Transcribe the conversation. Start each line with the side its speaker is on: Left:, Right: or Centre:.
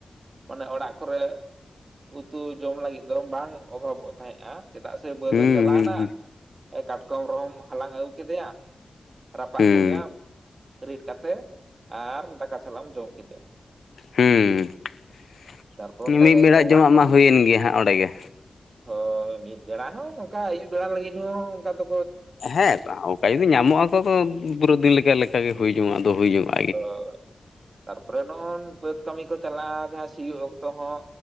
Right: ᱢᱟᱱᱮ ᱚᱲᱟᱜ ᱠᱚᱨᱮ ᱩᱛᱩ ᱡᱚᱢ ᱞᱟᱹᱜᱤᱫ ᱫᱚ ᱵᱟᱝ ᱚᱵᱷᱟᱵᱚᱜ ᱛᱟᱦᱮᱸᱱᱟ ᱪᱮᱫᱟᱜ ᱥᱮ ᱵᱟᱹᱫ
Left: ᱦᱩᱸ
Right: ᱮᱢ ᱪᱟᱞᱟᱣᱱᱟ,
Left: ᱦᱩᱸ
Right: ᱮ ᱠᱟᱴᱠᱚᱢ ᱨᱮᱦᱚᱸᱢ ᱦᱟᱞᱟᱝ ᱟᱹᱜᱩ ᱠᱮᱫᱮᱭᱟ ᱨᱟᱯᱟᱜ
Left: ᱦᱩᱸ
Right: ᱠᱮᱫᱮᱭᱟᱢ ᱨᱤᱫ ᱠᱟᱛᱮᱜ ᱟᱨ ᱫᱟᱠᱟ ᱥᱟᱞᱟᱜ ᱮᱢ ᱡᱚᱢ ᱠᱮᱫᱮᱭᱟ᱾
Left: ᱦᱩᱸ
Right: ᱛᱟᱨᱯᱚᱨ ᱚᱱᱠᱟᱜᱮ
Left: ᱢᱤᱫ ᱵᱮᱲᱟ
Right: ᱜᱚᱸᱜᱷᱟ
Left: ᱡᱚᱢᱟᱜ
Right: ᱠᱚᱦᱚᱸ
Left: ᱢᱟ ᱦᱩᱭᱮᱱ ᱜᱮᱭᱟ ᱦᱟᱸᱜ ᱚᱸᱰᱮ ᱜᱮ᱾
Right: ᱦᱳᱭ ᱢᱤᱫ ᱵᱮᱲᱟ ᱦᱚᱸ ᱱᱚᱝᱠᱟ ᱟᱭᱩᱵ ᱵᱮᱲᱟ ᱞᱟᱹᱜᱤᱫ ᱦᱚᱸ ᱚᱝᱠᱟ ᱫᱚ
Left: ᱦᱮᱸ ᱚᱠᱟ ᱡᱩᱫᱤ ᱧᱟᱢᱚᱜ ᱟᱠᱟ ᱛᱚ ᱯᱩᱨᱟᱹ ᱫᱤᱱ ᱞᱮᱠᱟ ᱞᱮᱠᱟ ᱜᱮ ᱦᱩᱭ ᱡᱚᱝᱜ ᱫᱚ ᱦᱩᱭ ᱡᱚᱝᱼᱟ᱾
Right: ᱚ ᱛᱟᱨᱯᱚᱨᱮ ᱱᱚᱜᱼᱚᱱ ᱵᱟᱹᱫᱽ ᱠᱟᱹᱢᱤ ᱠᱚ ᱪᱟᱞᱟᱜᱼᱟ ᱡᱟᱦᱟᱸ ᱥᱤᱭᱳᱜ ᱚᱠᱛᱚ ᱦᱚᱸ,